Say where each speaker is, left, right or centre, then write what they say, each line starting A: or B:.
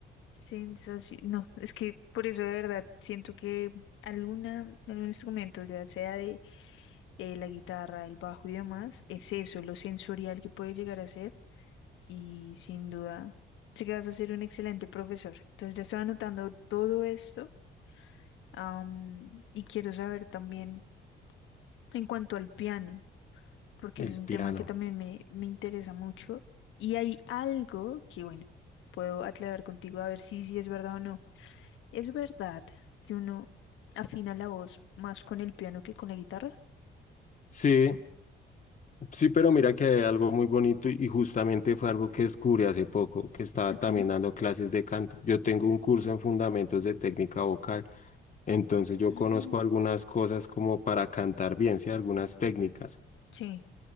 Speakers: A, on the left (about 85°); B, on the left (about 40°).
A: Sensación. No, es que por eso de verdad siento que alguna, algún instrumento, ya sea de eh, la guitarra, el bajo y demás, es eso, lo sensorial que puede llegar a ser y sin duda sé que vas a ser un excelente profesor. Entonces ya estoy anotando todo esto am, y quiero saber también en cuanto al piano, porque
B: el
A: ese es
B: piano.
A: un tema que también me, me interesa mucho y hay algo que, bueno, puedo aclarar contigo a ver si, si es verdad o no. ¿Es verdad que uno afina la voz más con el piano que con la guitarra?
B: Sí, sí, pero mira que hay algo muy bonito y y justamente fue algo que descubrí hace poco, que estaba
A: Ok.
B: también dando clases de canto. Yo tengo un curso en fundamentos de técnica vocal. Entonces yo
A: Oh,
B: conozco algunas cosas como para cantar bien, ¿sí? Algunas técnicas.
A: sí.